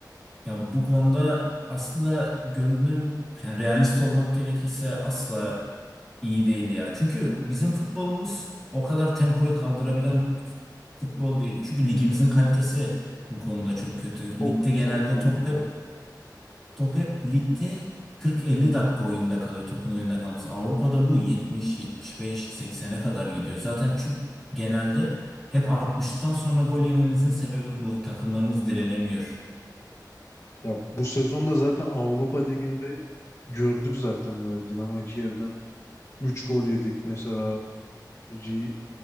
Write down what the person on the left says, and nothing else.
Çok
çok kötü
ya.
Ya bu sezonda zaten Avrupa Ligi'nde gördük zaten böyle Dinamo Kiev'den 3 gol yedik mesela. R-